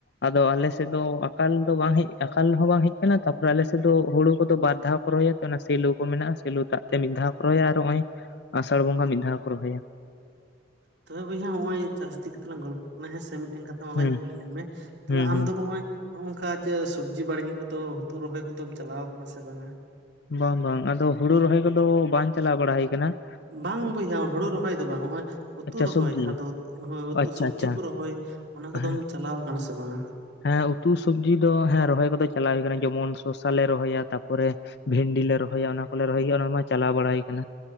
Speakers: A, on the left; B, on the right.
A: ᱟᱫᱚ ᱟᱞᱮ ᱥᱮᱫ ᱫᱚ ᱟᱠᱟᱞ ᱫᱚ ᱵᱟᱝ ᱦᱮᱡ ᱟᱠᱟᱞ ᱦᱚᱸ ᱵᱟᱝ ᱦᱮᱡ ᱠᱟᱱᱟ ᱛᱟᱯᱚᱨᱮ ᱟᱞᱮᱥᱮᱫ ᱫᱚ ᱦᱳᱲᱳ ᱠᱚ ᱫᱚ ᱵᱟᱨ ᱫᱷᱟᱣ ᱠᱚ ᱨᱚᱦᱚᱭᱟ ᱚᱱᱟ ᱥᱮᱞᱳ ᱠᱚ ᱢᱮᱱᱟᱜᱼᱟ ᱥᱤᱞᱳ ᱫᱟᱜ ᱛᱮ ᱢᱤᱫ ᱫᱷᱟᱣ ᱠᱚ ᱨᱚᱦᱚᱭᱟ ᱟᱨ ᱚᱜᱼᱚᱭ ᱟᱥᱟᱲ ᱵᱚᱸᱜᱟ ᱢᱤᱫ ᱫᱷᱟᱣ ᱠᱚ ᱨᱚᱦᱚᱭᱟ ᱾
B: ᱛᱚᱵᱮ ᱵᱚᱭᱦᱟ ᱦᱚᱜ ᱚᱭ ᱪᱟᱥ ᱤᱫᱤ ᱠᱟᱛᱮᱜ ᱞᱟᱝ ᱜᱚᱞᱯᱚ ᱠᱟᱱᱟ ᱦᱮᱸ ᱥᱮ ᱢᱤᱜᱴᱮᱱ ᱠᱟᱛᱷᱟ ᱢᱟ
A: ᱦᱩᱸ
B: ᱵᱟᱭ ᱠᱩᱞᱤ ᱞᱮᱫ ᱢᱮ ᱛᱚᱵᱮ
A: ᱦᱩᱸ
B: ᱟᱢ
A: ᱦᱩᱸ
B: ᱫᱚ ᱦᱚᱜᱼᱚᱭ ᱦᱚᱜᱼᱚᱝᱠᱟ ᱡᱮ ᱥᱚᱵᱽᱡᱤ ᱵᱟᱲᱜᱮ ᱠᱚᱫᱚ ᱦᱩᱛᱩ ᱨᱚᱦᱚᱭ ᱠᱚᱫᱚᱢ ᱪᱟᱞᱟᱣ ᱠᱟᱱᱟ ᱥᱮ ᱵᱟᱝᱟ?
A: ᱵᱟᱝ ᱵᱟᱝ ᱟᱫᱚ ᱦᱩᱲᱩ ᱨᱚᱦᱚᱭ ᱠᱚᱫᱚ ᱵᱟᱱ ᱪᱟᱞᱟᱣ ᱵᱟᱲᱟ ᱦᱩᱭ ᱠᱟᱱᱟ ᱾
B: ᱵᱟᱝ ᱵᱚᱭᱦᱟ ᱦᱳᱲᱳ ᱨᱚᱦᱚᱭ ᱫᱚ ᱵᱟᱝ ᱦᱚᱜᱼᱚᱭ ᱩᱛᱩ
A: ᱟᱪᱪᱷᱟ
B: ᱨᱚᱦᱚᱭ
A: ᱥᱚᱵᱽᱡᱤ
B: ᱡᱟᱦᱟᱸ ᱫᱚ ᱦᱳᱭ ᱩᱛᱩ
A: ᱟᱪᱪᱷᱟ
B: ᱥᱚᱵᱡᱤ
A: ᱟᱪᱪᱷᱟ
B: ᱠᱚ ᱨᱚᱦᱚᱭ ᱚᱱᱟ ᱠᱚᱫᱚᱢ
A: ᱦᱮᱸ
B: ᱪᱟᱞᱟᱣ ᱠᱟᱱᱟ ᱥᱮ ᱵᱟᱝᱟ
A: ᱦᱮᱸ ᱩᱛᱩ ᱥᱚᱵᱡᱤ ᱫᱚ ᱦᱮᱸ ᱨᱚᱦᱚᱭ ᱠᱚᱫᱚ ᱪᱟᱞᱟ ᱦᱩᱭ ᱟᱠᱟᱱᱟ ᱡᱮᱢᱚᱱ ᱥᱚᱥᱟ ᱞᱮ ᱨᱚᱦᱚᱭᱟ ᱛᱟᱯᱚᱨᱮ ᱵᱷᱮᱱᱰᱤ ᱞᱮ ᱨᱚᱦᱚᱭᱟ ᱚᱱᱟ ᱠᱚᱞᱮ ᱨᱚᱦᱚᱭ ᱜᱮᱭᱟ ᱚᱱᱟ ᱢᱟ ᱪᱟᱞᱟᱣ ᱵᱟᱲᱟᱭ ᱠᱟᱱᱟ